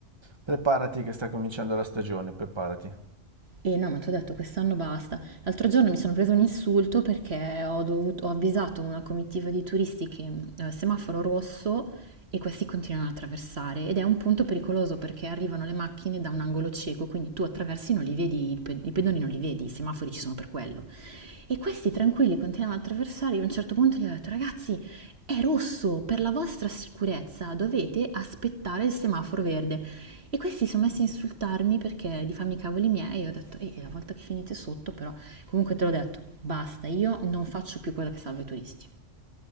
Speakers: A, on the right (about 20°); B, on the right (about 55°).
A: Preparati che sta cominciando la stagione, preparati.
B: E no, ma ti ho detto, quest'anno basta. L'altro giorno mi sono preso un insulto perché ho dovuto- ho avvisato una comitiva di turisti che eh, semaforo rosso e questi continuano ad attraversare ed è un punto pericoloso perché arrivano le macchine da un angolo cieco, quindi tu attraversi non li vedi, i pe- i pedoni non li vedi, i semafori ci sono per quello. E questi tranquilli continuano ad attraversare, io a un certo punto gli ho detto, ragazzi, è rosso, per la vostra sicurezza dovete aspettare il semaforo verde. E questi si sono messi a insultarmi perché di farmi i cavoli miei, e io ho detto, ehi, la volta che finite sotto però, comunque te l'ho detto, basta, io non faccio più quella che salva i turisti.